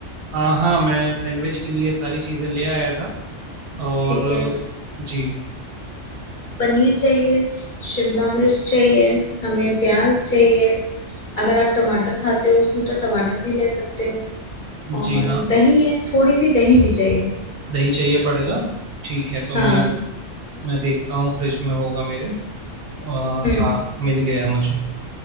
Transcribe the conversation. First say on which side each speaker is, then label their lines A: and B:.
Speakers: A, on the right; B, on the left.
A: अ, हाँ मैं सैंडविच के लिए सारी चीज़ें ले आया था और
B: ठीक है
A: जी
B: पनीर चाहिए शिमला मिर्च चाहिए हमें प्याज चाहिए अगर आप टमाटर खाते हो उसमें तो टमाटर भी ले सकते हो और
A: जी हाँ
B: दही है थोड़ी सी दही भी चाहिए
A: दही चाहिए पड़ेगा ठीक है तो
B: हाँ
A: मैं मैं देखता हूँ फ्रिज में होगा मेरे अ,
B: हम्म
A: हाँ मिल गया मुझे